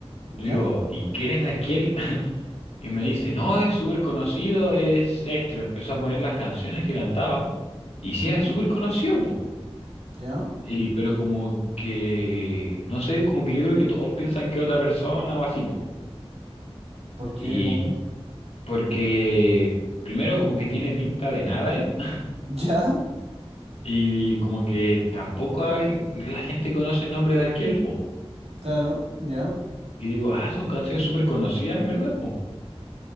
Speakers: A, on the right; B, on the left.
A: ¿Ya?
B: Y le digo, ¿y quién es Darkiel? <laughs> Y me dice, no, es súper conocido, es este. Me empezó a poner las canciones que cantaba. Y sí,
A: Ujú,
B: era súper conocido, po.
A: ¿Ya?
B: Y, pero como que, no sé, como que yo creo que todos piensan que es otra persona o así, po.
A: ¿Por qué?
B: Y
A: ¿Cómo?
B: porque, primero, como que tiene pinta de nada él. <laughs>
A: ¿Ya?
B: Y como que tampoco alguien- la gente conoce el nombre de Darkiel, po.
A: Claro, ya.
B: Y digo, ah, son canciones súper conocidas, en verdad, po.